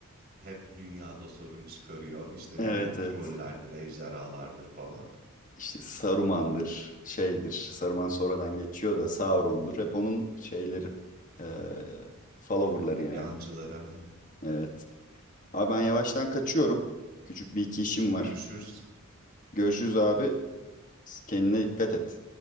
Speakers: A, on the right; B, on the left.
A: hep dünyada sorun çıkarıyor. İşte
B: Evet
A: ne bileyim trollerdir,
B: evet.
A: ejderhalardır falan.
B: İşte Saruman'dır, şeydir. Saruman sonradan geçiyor da Sauron'dur. Hep onun şeyleri. Ee, follower'ları yani.
A: Yancılara.
B: Evet. Abi ben yavaştan kaçıyorum. Küçük bir iki işim var.
A: <laughs> Görüşürüz.
B: Görüşürüz abi. Kendine dikkat et.